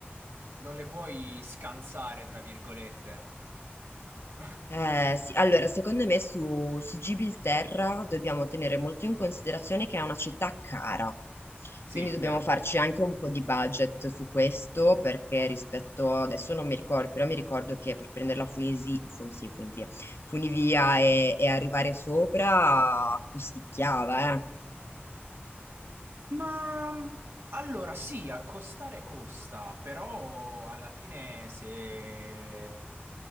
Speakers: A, on the right; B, on the left.
A: non le puoi scansare, tra virgolette. <laughs>
B: Eh, sì, allora, secondo me su, su Gibilterra dobbiamo tenere molto in considerazione che è una città cara,
A: Sì,
B: quindi dobbiamo
A: vero.
B: farci anche un po' di budget su questo, perché rispetto, adesso non mi ricordo, però mi ricordo che per prendere la Funisi, Fun- sì, Funivia, Funivia e, e arrivare sopra costicchiava, eh.
A: Ma allora sì, accostare costa, però alla fine se,